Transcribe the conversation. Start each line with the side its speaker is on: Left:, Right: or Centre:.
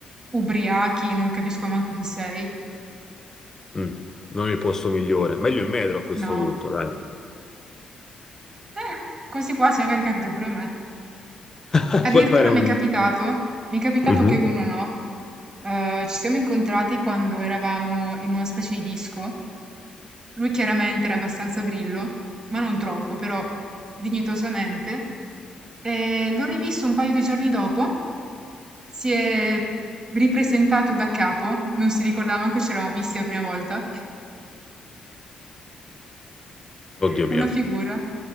Right: ubriachi, non capisco manco chi sei.
Left: Mm, non il posto migliore. Meglio in metro a questo
Right: No.
Left: punto, dai.
Right: Eh, questi qua se magari capita pure a me.
Left: <laughs>
Right: Addirittura
Left: Puoi fare un...
Right: mi è capitato, mi è capitato
Left: Mhm.
Right: che uno no. Eh, ci siamo incontrati quando eravamo in una specie di disco Lui chiaramente era abbastanza brillo, ma non troppo, però dignitosamente. E l'ho rivisto un paio di giorni dopo, si è ripresentato da capo, non si ricordava manco ci eravamo visti la prima volta, <laughs>
Left: Oddio mio,
Right: una figura.